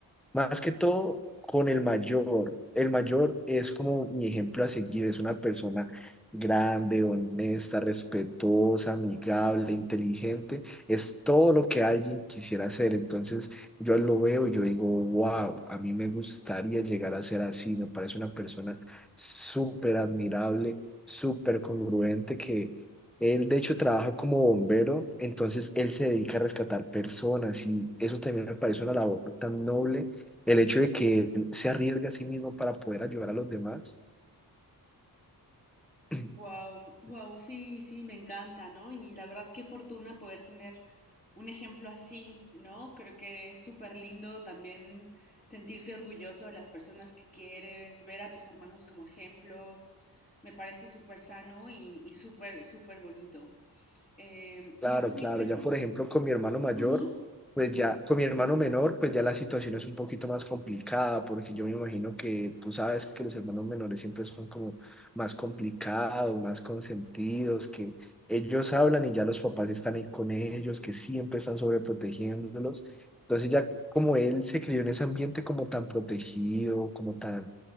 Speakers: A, in the centre; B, on the left.
A: más que todo con el mayor. El mayor es como mi ejemplo a seguir, es una persona grande, honesta, respetuosa, amigable, inteligente. Es todo lo que alguien quisiera ser. Entonces yo lo veo y yo digo, wow, a mí me gustaría llegar a ser así. Me parece una persona súper admirable, súper congruente que... Él, de hecho, trabaja como bombero, entonces él se dedica a rescatar personas y eso también me parece una labor tan noble el hecho de que él se arriesga a sí mismo para poder ayudar a los demás. <clears throat>
B: Wow, wow, sí, sí, me encanta, ¿no? Y la verdad, qué fortuna poder tener un ejemplo así, ¿no? Creo que es súper lindo también sentirse orgulloso de las personas que quieres, ver a tus hermanos como ejemplos, me parece súper sano y, y súper, súper bonito. Eh,
A: Claro,
B: yo con
A: claro.
B: mi- yo
A: Ya,
B: con-
A: por ejemplo, con mi hermano mayor,
B: Ujú.
A: pues ya, con mi hermano menor, pues ya la situación es un poquito más complicada, porque yo me imagino que tú sabes que los hermanos menores siempre son como más complicados, más consentidos, que ellos hablan y ya los papás están ahí con ellos, que siempre están sobreprotegiéndolos. Entonces ya como él se crió en ese ambiente como tan protegido, como tan,